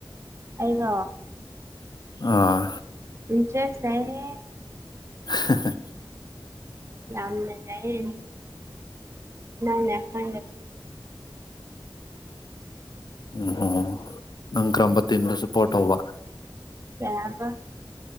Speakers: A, on the right; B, on the left.
A: ꯑꯩꯅꯥ
B: ꯑꯥ
A: ꯄꯔꯤꯟꯁꯦꯁ ꯅꯦꯍꯦ
B: ꯑꯥꯍꯥ ꯍꯥ
A: ꯌꯥꯝꯅ ꯂꯩ ꯅ ꯂꯗ ꯄ
B: ꯎꯝ ꯍ ꯅꯪ ꯀꯔꯝꯕ ꯇꯤꯟꯗꯣꯁꯨꯄꯣꯔꯠ ꯇꯧꯕ
A: ꯌꯥꯝꯕ